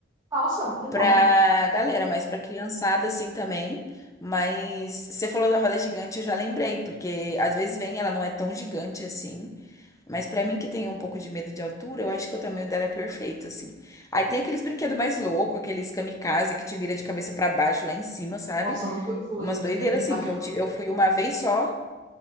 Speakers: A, on the right; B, on the left.
A: Nossa, que bom.
B: pra galera, mas pra criançada, assim, também. Mas você falou da roda gigante, eu já lembrei, porque às vezes vem, ela não é tão gigante assim. Mas pra mim que tem um pouco de medo de altura, eu acho que o tamanho dela é perfeito, assim. Aí tem aqueles brinquedos mais loucos, aqueles kamikaze que te vira de cabeça pra baixo lá em cima, sabe?
A: Nossa, nunca fui.
B: Umas doideiras
A: Eu tenho
B: assim,
A: bastante.
B: que eu, ti- eu fui uma vez só,